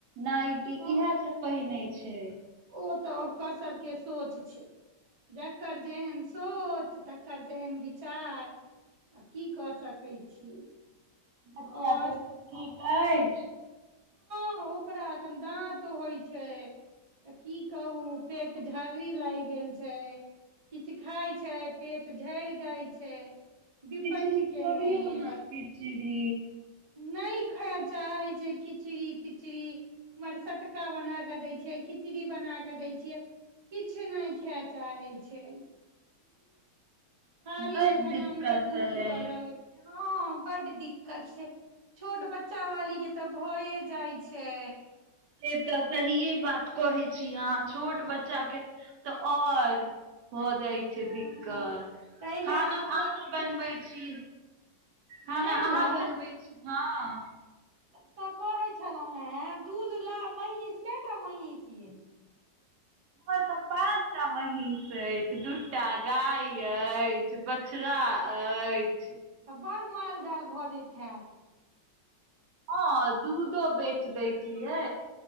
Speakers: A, on the right; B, on the right.
A: नाइटी
B: ओ
A: इह सब पहि नहि छै
B: ओ तऽ ओकर सबके सोच जकर जेहन सोच तकर जेहन विचार आ की कऽ सकैत छियै
A: बच्चा
B: और
A: के मुन ठीक अछि
B: हं ओकरा एखन दाँत होइ छै तऽ की कहू पेट झर्री लागि गेल छै किछु खााय छै पेट झैड़ जाइ छै विपत्ति
A: खिचड़ी
B: केने
A: खुअबियौ
B: ये
A: न
B: ब
A: खिचड़ी
B: नहि खााय चाहै छै खिचड़ी पिचड़ी मर सटका बना क दै छियै खिचड़ी बना क दै छियै किछु नहि खाय चाहै छै खाली
A: बड़
B: एखन
A: दिक्कत
B: हमरे दूध
A: अछि
B: पर रहै हँ बड दिक्कत छै छोट बच्चा वाली के तऽ भए जाइ छै
A: से तऽ सहिए बात कहै छी अहाँ छोट बच्चा के तऽ आ और भ जाइ छै
B: एहिमे
A: दिक्कत खाना
B: आब
A: आ बनबै छी खाना
B: अ
A: अहाँ
B: यै
A: बनबै छी हँ
B: तऽ कहै छलहुँ हेँ दूध ला महींष कटा महींष य
A: उपर त्पा पाँच टा महींष अछि दूटा गाय अछि बछड़ा अछि
B: तऽ बड़ मालजाल भऽ जैत हैत
A: हँ दूधो बेच दै छियै